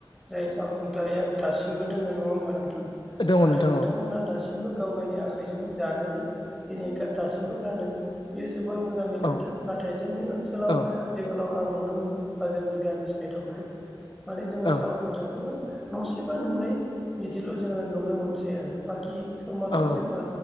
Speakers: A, in the centre; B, on the left.
A: जाय साल खुन्थाया दासिमबो दोङो नङा होमबा नोंथां
B: दङ
A: आरो
B: नोंथां
A: नोंथांमोना
B: औ
A: दासिमबो गाव गावनि आखाइजोंनो जानानै दिनै गा दासिमबो गानो बियो जोबोर मोजांनि खोथा
B: औ
A: नाथाय जोंनि ओनसोलावहाय
B: औ
A: आथिखालाव आं नुनो मोनबाय बा जोंनि गामि साइडावहाय माने जोङो
B: औ
A: साल खुन्थाखौनो न'से बा न'नै बिदिल' जोङो नुनो मोनसै आरो बाखि खोमाथ'
B: औ
A: जेनबा